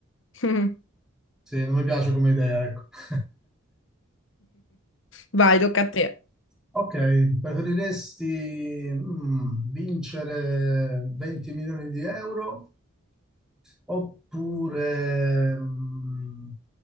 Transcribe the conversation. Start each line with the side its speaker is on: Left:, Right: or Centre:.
Left: voglia. <laughs>
Centre: Sì, non mi piace come idea, ecco. <laughs>
Left: Vai, tocca a te.
Centre: Ok, preferiresti mm, vincere 20 milioni di euro oppure, mm,